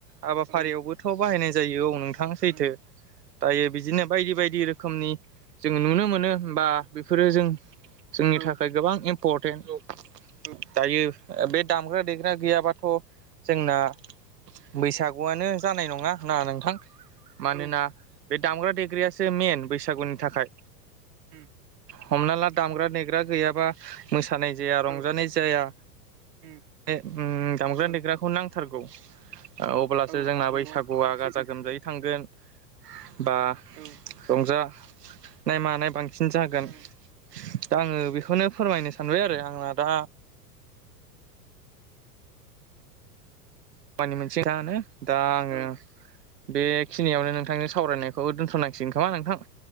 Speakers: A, on the right (about 80°); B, on the right (about 65°).
A: हाबाफारिआवबोथ'
B: औ
A: बाहायनाय जायो औ नोंथां सैथो
B: उम
A: जायो बिदिनो बायदि बायदि रोखोमनि जोङो नुनो मोनो होमबा बेफोरो जों जोंनि
B: औ
A: थाखाय
B: उम
A: गोबां इम्परटेन्ट औ
B: औ
A: दायो बे दामग्रा देग्रा गैयाबाथ' जोंना बैसागुआनो जानाय नङा ना नोंथां मानोना
B: उम
A: बे दामग्रा देग्रायासो मेन बैसागुनि थाखाय
B: उम
A: हमना ला दामग्रा देग्रा गैयाबा मोसानाय जाया रंजानाय
B: औ
A: जाया
B: उम
A: बे उम दामग्रा
B: औ
A: देग्राखौ नांथारगौ ओ अब्लासो
B: औ
A: जोंना बैसागुआ
B: नंगौ
A: गाजा
B: सैथो
A: गोमजायै थांगोन बा
B: औ उम
A: रंजा नाय मानाय बांसिन जागोन
B: औ
A: दा आङो बेखौनो फोरमायनो सानबाय आरो आंना दा वानि मोनसे खोथानो दा आङो
B: औ
A: <unintelligible> बेखिनिआवनो नोंथांजों सावरायनायखौ दोनथ'नांसिगोन खोमा नोंथां